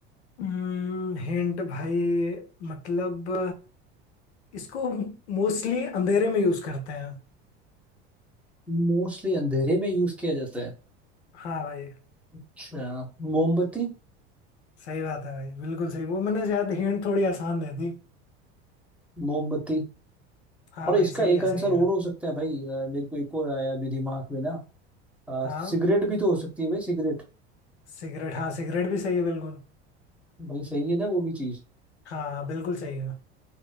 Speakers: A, on the left (about 80°); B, in the centre.
A: हम्म, हिंट भाई मतलब इसको मोस्टली अंधेरे में यूज करते हैं
B: मोस्टली अंधेरे में यूज किया जाता है
A: हाँ भाई
B: अच्छा मोमबत्ती
A: सही बात है भाई बिल्कुल सही वो मैंने शायद हिंट थोड़ी आसान दे दी
B: मोमबत्ती
A: हाँ
B: और
A: भाई
B: इसका
A: सही
B: एक
A: है
B: आंसर
A: सही है
B: और हो सकता है भाई अ, मेरे को एक और आया अभी दिमाग में ना अ,
A: हाँ
B: सिगरेट भी तो हो सकती है भाई सिगरेट
A: सिगरेट हाँ सिगरेट भी सही है बिल्कुल
B: भाई सही है ना वो भी चीज
A: हाँ हाँ, बिल्कुल सही है